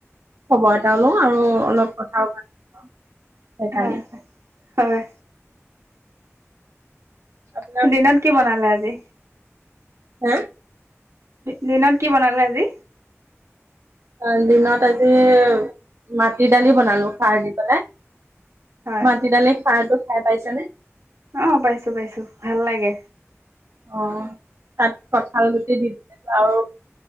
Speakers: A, on the right; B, on the right.
A: খবৰ এটা লওঁ আৰু অলপ কথাও পাতো সেইকাৰণে
B: হয় হয়
A: আপোনাৰ
B: দিনত কি বনালে আজি
A: হা
B: দিনত কি বনালে আজি?
A: অ দিনত আজি মাটি দালি বনালো খাৰ দি পেলাই।
B: হয়
A: মাটিডালে সাৰটো খাই পাইছ নে
B: অ পাইছো পাইছো ভাল লাগে
A: অ তাত কঁঠাল গোটি দি দিছে আৰু